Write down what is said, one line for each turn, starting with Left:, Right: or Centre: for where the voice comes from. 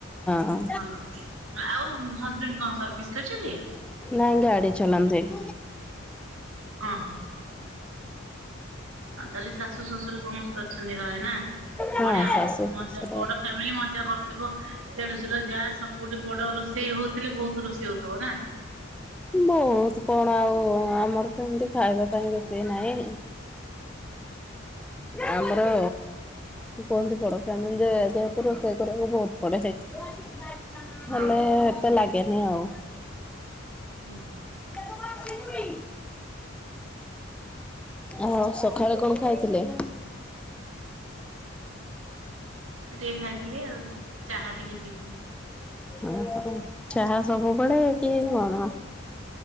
Centre: ହଁ।
Right: ଭଲ ଆଉ ହଜବେଣ୍ଡ କଣ ସର୍ଭିସ କରିିଛନ୍ତି।
Centre: ନାଇଁ ଗାଡି ଚଲାନ୍ତି। <inaudible>
Right: ହଁ ହଁ। ଅ ତାହେଲେ ଶାଶୁ ଶ୍ୱଶୁର ସମସ୍ତେ ଅଛନ୍ତି ଘରେ ନା।
Centre: ହଁ
Right: ବଢିଆ ଆଉ
Centre: ଶାଶୁ
Right: ମଜା
Centre: ଶଶୁର
Right: ବଡ ଫ୍ୟାମିଲି ମଜା କରୁଥିବ ଦେଢଶୁର ଯା ସବୁ ଗୋଟେ ବଡ ରୋଷେଇ ହଉଥିଲେ ବହୁତ ରୋଷେଇ ହଉଥିବ ନା।
Centre: ବହୁତ କଣ ଆଉ ଆମର ତ ଏମିତି ଖାଇବା ପାଇଁ ବେଶୀ ନହିଁ ଆମର କୁହନ୍ତି ବଡ଼ ଫ୍ୟାମିଲ ରେ ଯେହେତୁ ରୋଷେଇ କରିବାକୁ ବହୁତ ପଡେ ସେଇଥିପାଇଁ।
Right: ହଁ
Centre: ହେଲେ ଏତେ ଲାଗେନି ଆଉ
Right: ହୁଁ।
Centre: <inaudible> ଆଉ ସକାଳେ କଣ ଖାଇଥିଲେ?
Right: ଟିକେ ଖାଇଥିଲି ଆଉ। ଚାହା ଟିକେ ପିଇଥିଲି।
Centre: ଓହୋ ଚାହା ସବୁ ବେଳେ କି କଣ?